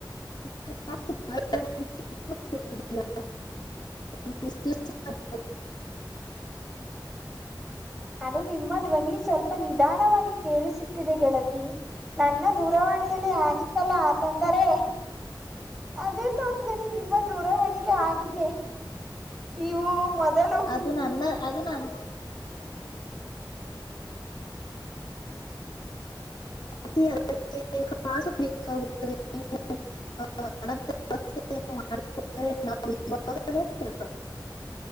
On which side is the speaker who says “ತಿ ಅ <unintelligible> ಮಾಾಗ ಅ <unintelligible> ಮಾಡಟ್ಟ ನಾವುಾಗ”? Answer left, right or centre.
Left